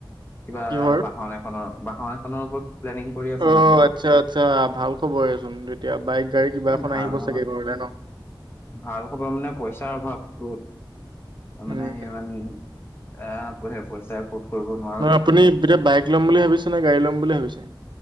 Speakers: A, on the left (about 25°); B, on the right (about 65°).
A: কিবা
B: কিহৰ
A: বাহন এখনৰ বাহন এখনৰ ওপৰত প্লেনিং কৰি আছো
B: অ'আচ্ছা-আচ্ছা
A: মানে
B: ভাল খবৰেই চোন তেতিয়া বাইক গাড়ী কিবা
A: এ
B: এখন
A: ভাল
B: আহিব
A: ভাল
B: চাগে ঘৰলে ন।
A: ভাল খবৰ মানে পইচাৰ অভাৱ তোৰ। তাৰ
B: উম
A: মানে ইমান <unintelligible> পইচা <unintelligible> কৰিব নোৱা
B: নহয় আপুনি এতিয়া বাইক ল'ম বুলি ভাবিছে নে গাড়ী ল'ম বুলি ভাবিছে।